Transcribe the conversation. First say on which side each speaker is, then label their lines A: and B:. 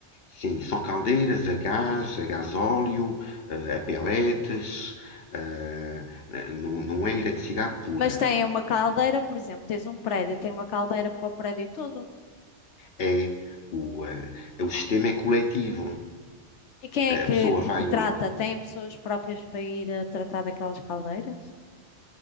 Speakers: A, on the left; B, on the left.
A: Sim, são caldeiras a gás, a gasóleo, eh, a peletes, eh, não, não é eletricidade pura.
B: Mas tem uma caldeira, por exemplo, tens um prédio, tem uma caldeira para o prédio todo.
A: É o, eh, o sistema é coletivo.
B: E quem é que,
A: A pessoa
B: que-
A: vai
B: que trata?
A: ao.
B: Tem pessoas próprias para ir a tratar daquelas caldeiras?